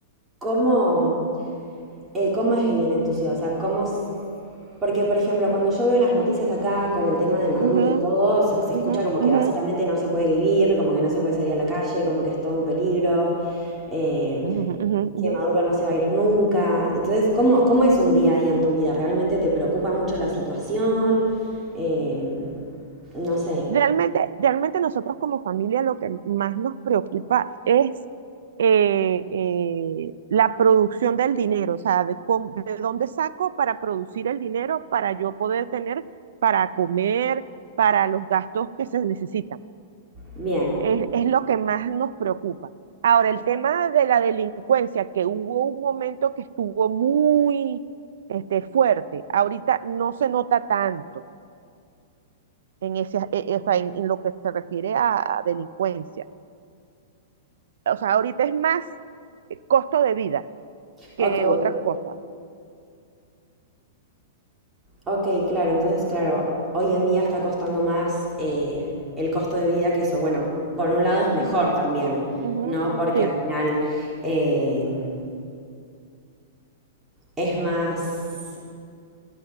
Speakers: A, on the right; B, on the right.
A: cómo, eh, cómo es vivir en tu ciudad, o sea, cómo... s- Porque, por ejemplo, cuando yo veo las noticias acá con el tema de Maduro
B: Ujú,
A: y todo, se, se escucha
B: ujú,
A: como
B: ujú,
A: que básicamente no se puede vivir, como que no se puede salir a la calle, como que es todo un peligro, eh,
B: ujú, ujú,
A: que
B: ujú.
A: Maduro no se va a ir nunca. Entonces, ¿cómo, cómo es un día a día en tu vida? ¿Realmente te preocupa mucho la situación? Em, no sé,
B: Realmente, realmente nosotros como familia lo que más nos preocupa es eh, eh, la producción del dinero, o sea, de, cómo- de dónde saco para producir el dinero para yo poder tener para comer, para los gastos que se necesitan.
A: bien.
B: Es, es lo que más nos preocupa. Ahora, el tema de la delincuencia, que hubo un momento que estuvo muy este, fuerte, ahorita no se nota tanto en, ese, eh, eh, o sea, en, en lo que se refiere a, a delincuencia. O sea, ahorita es más eh, costo de vida que
A: Ok,
B: otra cosa.
A: Ok, claro, entonces, claro, hoy en día está costando más eh, el costo de vida que eso. Bueno, por un lado es mejor
B: Ujú,
A: también,
B: ujú,
A: ¿no? Porque
B: sí,
A: al final eh, es más,